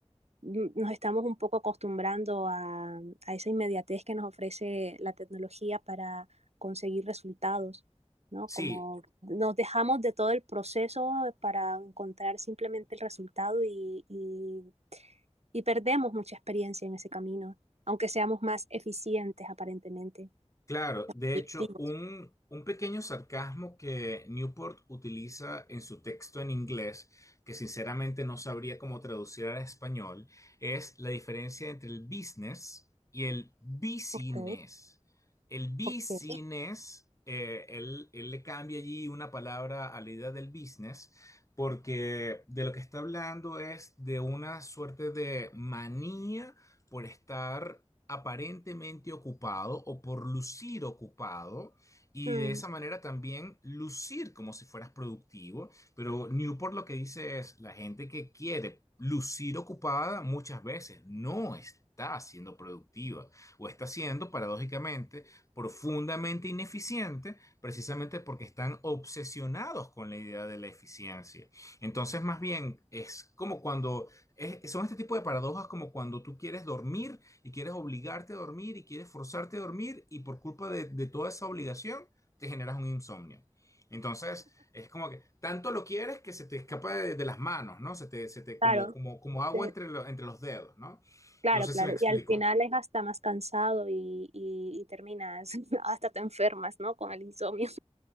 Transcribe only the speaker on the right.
nos estamos un poco acostumbrando a, a esa inmediatez que nos ofrece la tecnología para conseguir resultados, ¿no?
Como nos dejamos de todo el proceso para encontrar simplemente el resultado y, y, y perdemos mucha experiencia en ese camino, aunque seamos más eficientes aparentemente,
productivos.
Ok,
ok.
Mm,
claro,
eh,
Claro,
claro.
Y al final es hasta más cansado y, y- y terminas, <laughs> hasta te enfermas, ¿no? Con el insomnio.